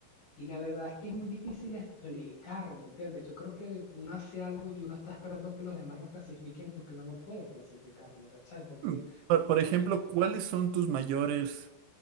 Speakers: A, on the left; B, on the right.
A: Y la verdad es que es muy difícil explicar, ¿me entiendes? Yo creo que uno hace algo y uno está esperando que los demás lo clasifiquen porque uno no puede clasificarlo, ¿cachai? Porque
B: Mm. Por, por ejemplo, ¿cuáles son tus mayores